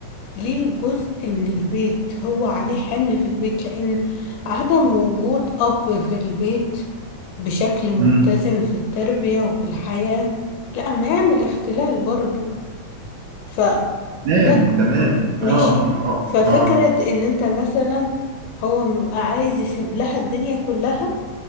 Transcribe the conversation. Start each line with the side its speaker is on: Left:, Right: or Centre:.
Left: ليه جزء من البيت هو عليه حمل في البيت لأن عدم وجود أب في البيت بشكل متزن
Right: امم.
Left: في التربية وفي الحياة لا ما يعمل اختلال برضو فده
Right: تمام
Left: ك-
Right: تمام
Left: م- ماشي
Right: اه ما هو-
Left: ففكرة
Right: اه
Left: إن أنت مثلا هو بيبقى عايز يسيب لها الدنيا كلها